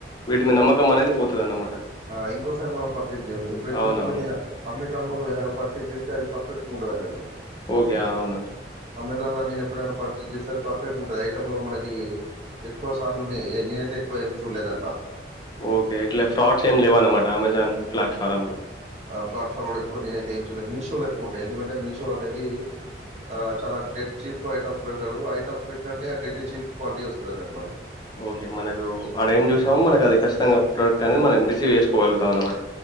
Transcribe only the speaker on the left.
వీటి మీద నమ్మకం అనేది పోతది అన్నమాట
అవునవును
ఓకే అవునా
ఓకే ఎట్ ఫ్రోడ్స్ ఏం లేవాన మ అమెజాన్ ప్లేట్ఫార్ర్మ లో
ఓకే మనకు ఆడ ఏం చూసామో మనకు అది ఖచ్చితంగా ప్రోడక్ట్ అనేది మనం రిసీవ్ చేసుకోగలుగుతాం అనమాట